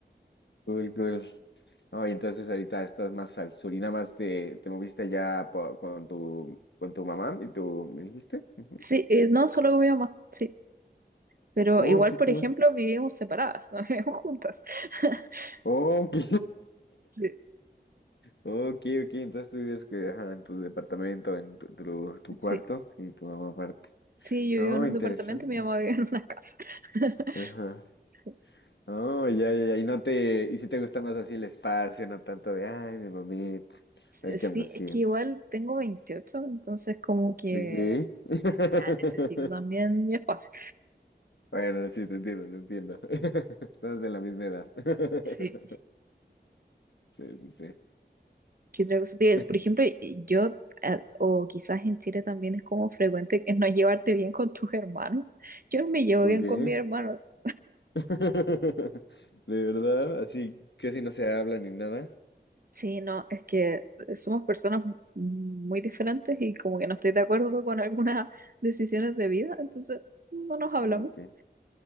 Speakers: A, on the left; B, on the right.
A: Cool, cool. Oh, y entonces ahorita estás más al sur y nada más te, te moviste allá po- con tu, con tu mamá y tú, ¿me dijiste? Ujú.
B: Sí, eh, no, solo con mi mamá, sí. Pero
A: Oh,
B: igual,
A: qué
B: por
A: cool.
B: ejemplo, vivimos separadas, no <laughs> vivimos juntas. <laughs>
A: Oh, Ok. <laughs>
B: Sí,
A: Ok, ok. Entonces tú vives que, ajá, en tu departamento, en tu, tu, tu
B: sí.
A: cuarto y tu mamá aparte.
B: Sí, yo
A: Oh,
B: vivo en un
A: interesante.
B: departamento y mi mamá vive en una casa. <laughs>
A: Ajá.
B: Sí,
A: Oh, ya, ya, ya. Y no te, y si te gusta más así el espacio, no tanto de, ay, mi mamita,
B: Sí,
A: a ver
B: sí,
A: qué anda haciendo.
B: es que igual tengo 28, entonces como que
A: Ok.
B: ya
A: <laughs>
B: necesito también mi espacio.
A: Bueno, sí, te entiendo, te entiendo. <laughs> Estamos de la misma edad. <laughs>
B: Sí.
A: Sí, sí, sí.
B: ¿Qué otra cosa te iba a decir?
A: <laughs>
B: Por ejemplo, yo, eh, o quizás en Chile también es como frecuente que no llevarte bien con tus hermanos. Yo no me llevo
A: ¿Con
B: bien
A: qué?
B: con mis hermanos.
A: <laughs> ¿De verdad? Así casi no se habla ni nada.
B: Sí, no, es que eh, somos personas muy diferentes y como que no estoy de acuerdo con algunas <laughs> decisiones de vida, entonces no nos hablamos.
A: Ok.